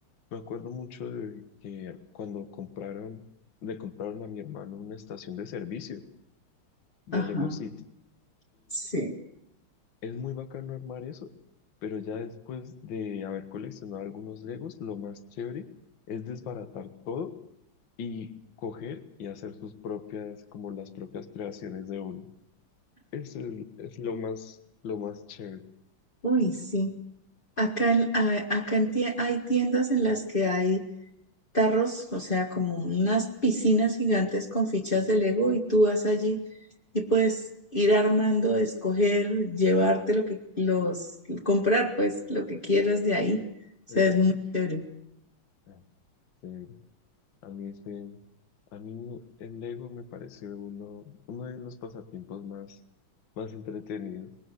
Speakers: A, on the left; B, on the left.
A: me acuerdo mucho de que cuando compraron, le compraron a mi hermano una estación de servicio de
B: Ajá,
A: Lego City
B: sí.
A: Es muy bacano armar eso, pero ya después de haber coleccionado algunos Legos, lo más chévere es desbaratar todo y coger y hacer sus propias, como las propias creaciones de uno. Eso es, es lo más, lo más chévere.
B: Uy, sí. Acá en, a- acá en tie- hay tiendas en las que hay tarros, o sea, como unas piscinas gigantes con fichas de Lego y tú vas allí y puedes ir armando, escoger, llevarte lo que los comprar, pues lo que quieras de ahí. O sea,
A: Sí.
B: es muy chévere.
A: Ah, sí. A mí ese, a mí el Lego me parece uno, uno de los pasatiempos más, más entretenidos,